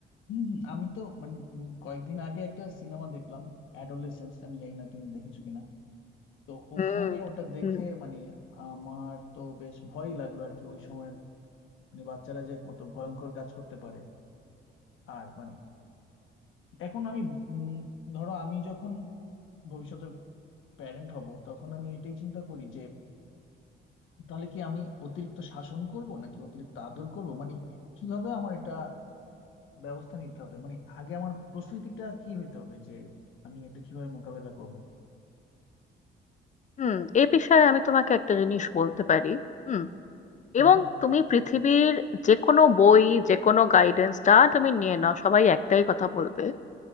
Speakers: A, on the left; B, on the left.
A: হম হম, আমি তো মানে আমি কয়েকদিন আগে একটা সিনেমা দেখলাম অ্যাডোলেসেন্স আমি জানি না তুমি দেখেছো কিনা তো ওখানে
B: হুম
A: ওটা দেখে
B: হুম
A: মানে আমার তো বেশ ভয় লাগলো আর কি ওই সময়ের মানে বাচ্চারা যে কত ভয়ঙ্কর কাজ করতে পারে আর মানে এখন আমি উম, ধরো আমি যখন ভবিষ্যতে প্যারেন্ট হব তখন আমি এটাই চিন্তা করি যে তাহলে কি আমি অতিরিক্ত শাসন করব নাকি অতিরিক্ত আদর করব মানে কিভাবে আমার এটা ব্যবস্থা নিতে হবে মানে আগে আমার প্রস্তুতিটা কি হইতে হবে যে আমি এটা কিভাবে মোকাবেলা করব
B: হুম এ বিষয়ে আমি তোমাকে একটা জিনিস বলতে পারি হুম
A: হুম
B: এবং তুমি পৃথিবীর যে কোনো বই যে কোনো গাইডেন্স যা তুমি নিয়ে নাও সবাই একটাই কথা বলবে